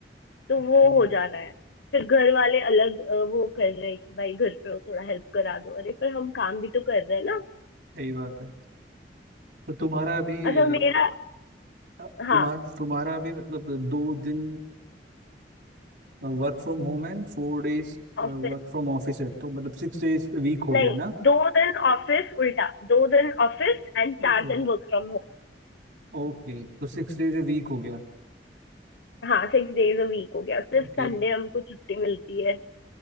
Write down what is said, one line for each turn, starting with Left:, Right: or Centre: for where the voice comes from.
Left: तो
Right: ओके
Left: वो हो जा रहा है फिर घर वाले अलग अ, वो कर रहे हैं कि भाई घर पे हो थोड़ा हेल्प करा दो अरे पर हम काम भी तो कर रहे हैं ना
Right: सही बात है तो तुम्हारा अभी
Left: अच्छा
Right: अ,
Left: मेरा
Right: तुम्हार
Left: हाँ
Right: तुम्हारा अभी मतलब दो दिन work from home and फोर डेज work
Left: ऑफिस
Right: from office है तो मतलब सिक्स डेज वीक हो
Left: नहीं
Right: गया ना
Left: दो दिन ऑफिस उल्टा दो दिन ऑफिस एंड चार
Right: ओके
Left: दिन वर्क फ्रॉम होम
Right: ओके तो सिक्स डेज ए वीक हो गया
Left: हाँ सिक्स डेज अ वीक हो गया सिर्फ
Right: ओके
Left: संडे हमको छुट्टी मिलती है